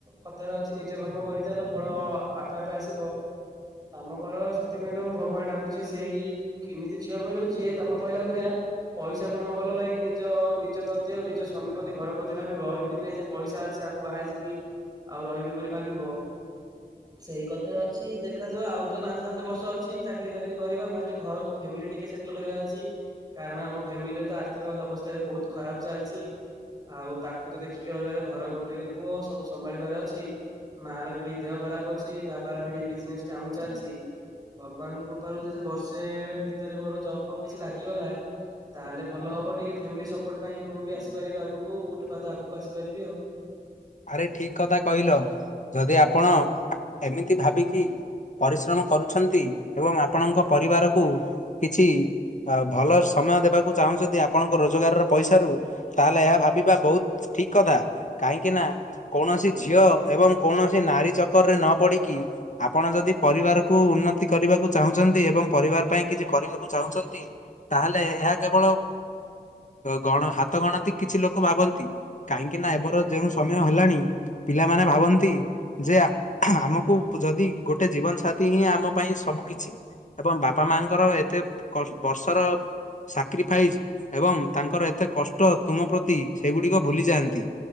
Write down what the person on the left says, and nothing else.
ଆରେ ଠିକ୍ କଥା କହିଲ ଯଦି ଆପଣ ଏମିତି ଭାବିକି ପରିଶ୍ରମ କରୁଛନ୍ତି ଏବଂ ଆପଣଙ୍କ ପରିବାରକୁ କିଛି ଆ ଭଲ ସମୟ ଦେବାକୁ ଚାହୁଁଛନ୍ତି ଆପଣଙ୍କ ରୋଜଗାରର ପଇସାରୁ ତାହେଲେ ଏହା ଭାବିବା ବହୁତ ଠିକ୍ କଥା କାହିଁକି ନା କୌଣସି ଝିଅ ଏବଂ କୌଣସି ନାରୀ ଚକରରେ ନ ପଡିକି ଆପଣ ଯଦି ପରିବାରକୁ ଉନ୍ନତି କରିବାକୁ ଚାହୁଁଛନ୍ତି ଏବଂ ପରିବାର ପାଇଁ କିଛି କରିବାକୁ ଚାହୁଁଛନ୍ତି ତାହେଲେ ଏହା କେବଳ ଗଣ ହାତ ଗଣନ୍ତି କିଛି ଲୋକ ଭାବନ୍ତି କାହିଁକି ନା ଏବେର ଯୋଉଁ ସମୟ ହେଲାଣି। ପିଲାମାନେ ଭାବନ୍ତି ଯେ ଆମକୁ ଯଦି ଗୋଟେ ଜୀବନ ସାଥୀ ହିଁ ଆମ ପାଇଁ ସ ସବୁ କିଛି ଏବଂ ବାପା ମାଙ୍କର ଏତେ ବର୍ଷର ସାକ୍ରିଫାଇଯ ଏବଂ ତାଙ୍କର ଏତେ କଷ୍ଟ ତୁମ ପ୍ରତି ସେଗୁଡିକ ଭୁଲି ଯାଆନ୍ତି।